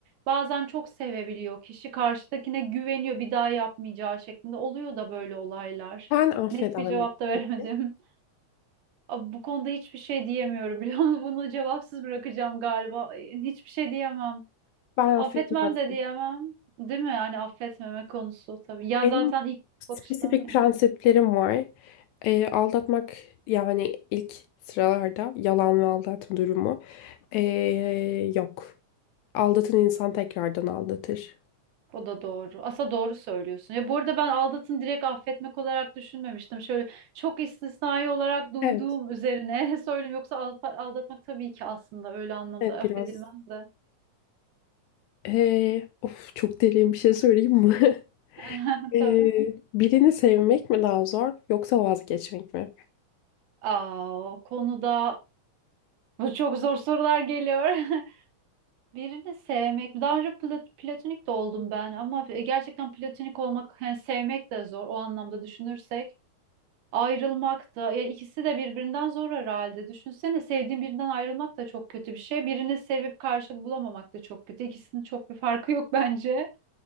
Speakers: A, on the right (about 75°); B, on the left (about 80°).
A: Bazen çok sevebiliyor kişi. Karşıdakine güveniyor bir daha yapmayacağı şeklinde. Oluyor da böyle olaylar.
B: Sen affeder
A: Net bir cevap
B: miydin
A: da veremedim.
B: peki?
A: <laughs> Abi Bu konuda hiçbir şey diyemiyorum biliyor musun? <laughs> Bunu cevapsız bırakacağım galiba. Ay, Hiçbir şey diyemem.
B: Ben
A: Affetmem
B: affetmezdim.
A: de diyemem. Değil mi? Yani affetmeme konusu tabii. Ya
B: Benim
A: zaten ilk
B: spesifik
A: bakışta yani.
B: prensiplerim var. Ee, aldatmak yani ilk sıralarda yalan ve aldatma durumu ee, yok. Aldatan insan tekrardan aldatır.
A: O da doğru. Asa doğru söylüyorsun. Ya bu arada ben aldatın direkt affetmek olarak düşünmemiştim. Şöyle çok istisnai olarak duyduğum
B: Evet,
A: üzerine <laughs> söyleyeyim. Yoksa al- aldatmak tabii ki aslında öyle anlamda
B: evet
A: affedilmez
B: biraz.
A: de.
B: Ee, of çok derin bir şey söyleyeyim mi? <laughs>
A: <laughs>
B: Ee,
A: Tabii.
B: birini sevmek mi daha zor yoksa vazgeçmek mi?
A: Aa, o konuda bu çok zor sorular geliyor. <laughs> Birini sevmek. Daha önce pla- platonik de oldum ben ama gerçekten platonik olmak, hani sevmek de zor o anlamda düşünürsek. Ayrılmak da yani ikisi de birbirinden zor herhalde. Düşünsene sevdiğin birinden ayrılmak da çok kötü bir şey. Birini sevip karşılık bulamamak da çok kötü. İkisinin çok bir farkı yok <laughs> bence.